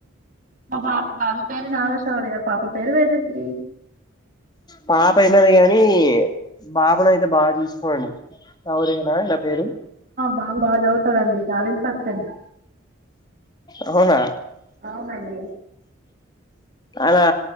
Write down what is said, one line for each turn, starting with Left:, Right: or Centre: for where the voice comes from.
Right: మా బపు బబ ఎారు నాగష్వుర్య పాప పేరు వేదశ్రీ
Left: పాప అయినది కాగాని పాాపను అయితే బాగా చూసుకోంండి అరునా ఎలా పేరు
Right: బాగా బాగా చదువుతాడండీ టాలెంట్ పర్సెంట్
Left: అవునా
Right: అవునండి
Left: అలా